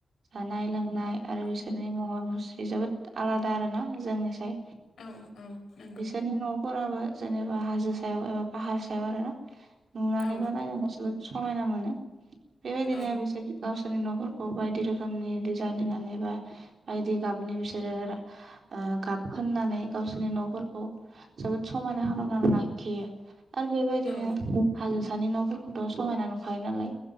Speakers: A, on the right; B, on the left.
A: जानाय लोंनाय आरो बिसोरनि महर मुस्रि जोबोद आलादा दा आरो ना जोंनिसाय
B: औ औ नंगौ
A: बिसोरनि न'फोराबो जेनेबा हाजो सायाव एबा पाहार सायाव आरोना नुनानैबा
B: औ
A: नायनानै समायना मोनो बेबायदिनो
B: औ
A: बिसोर गाव सोरनि न'फोरखौ बायदि रोखोमनि डिजाइन होनानै बा बायदि गाबनि बिसोरो ओ गाब फोनननानै गावसोरनि न'फोरखौ जोबोद समायना खालामनानै लाखियो। आरो बेबायदिनो
B: औ
A: हाजो सानि न'फोरखौथ' समहायना नुखायो नालाय।